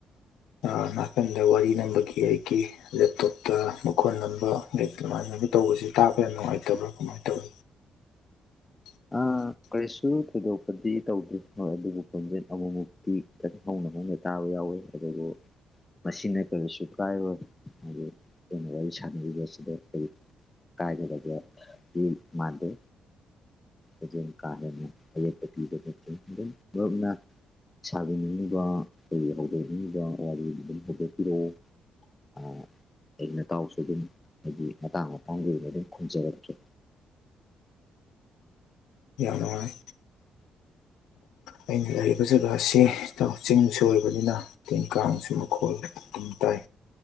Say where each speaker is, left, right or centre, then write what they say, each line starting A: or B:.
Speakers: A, on the left; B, on the left.
A: ꯑꯥ ꯅꯥꯀꯟꯗ ꯋꯥꯔꯤ ꯅꯝꯕꯒꯤ ꯑꯩꯒꯤ ꯂꯦꯞꯇꯣꯞꯇ ꯃꯈꯣꯟ ꯅꯝꯕ ꯑꯩ ꯑꯗꯨꯃꯥꯏꯅꯒ ꯇꯧꯕꯁꯤ ꯇꯥꯕ ꯌꯥꯝ ꯅꯨꯡꯉꯥꯏꯇꯕ꯭ꯔꯥ ꯀꯃꯥꯏꯅ ꯇꯧꯋꯤ <inaudible>
B: ꯑꯥ ꯀꯔꯤꯁꯨ ꯊꯣꯏꯗꯣꯛꯄꯗꯤ ꯇꯧꯗꯦ ꯍꯣꯏ ꯑꯗꯨꯕꯨ ꯃꯈꯣꯟꯖꯦ ꯑꯃꯨꯃꯨꯛꯇꯤ ꯈꯤꯇꯪ ꯍꯧꯅ ꯍꯧꯅ ꯇꯥꯕ ꯌꯥꯎꯋꯤ ꯑꯗꯨꯕꯨ ꯃꯁꯤꯅ ꯀꯔꯤꯁꯨ ꯀꯥꯏꯔꯣꯏ ꯍꯥꯏꯗꯤ ꯑꯈꯣꯏꯅ ꯋꯥꯔꯤ ꯁꯥꯟꯅꯔꯤꯕꯁꯤꯗ ꯀꯔꯤ ꯀꯥꯏꯗꯕꯗꯦ ꯃꯤ ꯃꯥꯟꯗꯦ ꯑꯗꯨꯝ ꯀꯥ ꯍꯦꯟꯅ ꯑꯌꯦꯠꯄ ꯄꯤꯕ ꯅꯠꯇꯦ ꯑꯗꯨꯝ ꯃꯔꯨꯞꯅ ꯁꯥꯕꯤꯅꯤꯡꯉꯤꯕ ꯑꯩ ꯍꯧꯗꯣꯛꯅꯤꯡꯉꯤꯕ ꯋꯥꯔꯤꯗꯨ ꯑꯗꯨꯝ ꯍꯧꯗꯣꯛꯄꯤꯔꯛꯑꯣ ꯑꯥ ꯑꯩ ꯅꯇꯥꯎꯁꯨ ꯑꯗꯨꯝ ꯍꯥꯏꯗꯤ ꯃꯇꯥꯡ ꯃꯇꯥꯡꯒꯤ ꯑꯣꯏꯅ ꯑꯗꯨꯝ ꯈꯨꯝꯖꯔꯛꯀꯦ
A: ꯌꯥꯝ ꯅꯨꯡꯉꯥꯏ ꯑꯩꯅ ꯂꯩꯔꯤꯕ ꯖꯒꯥꯁꯤ ꯢꯇꯥꯎ ꯆꯤꯡꯁꯨ ꯑꯣꯏꯕꯅꯤꯅ ꯇꯤꯟ ꯀꯥꯡꯁꯨ ꯃꯈꯣꯜ ꯑꯗꯨꯝ ꯇꯥꯏ